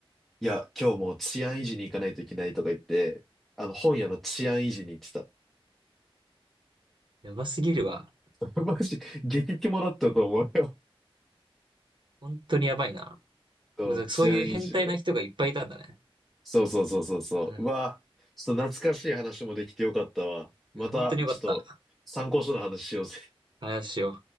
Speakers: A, in the centre; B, on the right.
A: いや、今日もう治安維持に行かないといけないとか言って、あの、本屋の治安維持に行ってた。
B: やばすぎるわ。
A: <laughs> マジ、激キモだったと思うよ。
B: 本当にやばいな。
A: そう、
B: もうそういう変態な人がいっぱいいたんだね。
A: 治安維持とか。そうそうそうそうそう。
B: うん。
A: うわ、ちょっと懐かしい話もできてよかったわ。また、
B: いや、本当によかった。
A: ちょっと、参考書の話しようぜ。
B: 話を。